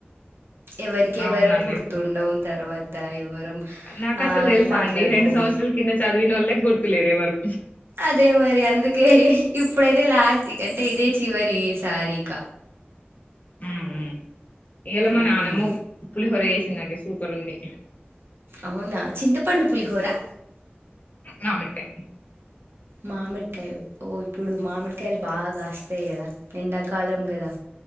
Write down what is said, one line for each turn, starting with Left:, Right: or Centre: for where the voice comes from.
Right: ఎవరికి ఎవరం
Left: అవునండి
Right: గుర్తుండవు తర్వాత ఎవరం
Left: నాకు
Right: ఆ
Left: అసలు తెలుసా
Right: మాట్లాడుకోం
Left: అండి రెండు సంవత్సరాల కింద చదువినోళ్లు ఏ గుర్తు లేరే ఎవరు
Right: అదే మరి అందుకే ఇప్పుడైతే లాస్ట్ అంటే ఇదే చివరి సారీ ఇక
Left: మ్మ్ మ్మ్ ఇయల
Right: మ్మ్
Left: మా నానమ్మ ఓ పులిహోర చేసిందండి సూపర్ ఉంది
Right: అవునా చింత పండు పులిహోరా
Left: మామిడికాయ
Right: మామిడికాయలు ఓ ఇప్పుడు మామిడికాయలు బాగాస్త కదా ఎండా కాలం కదా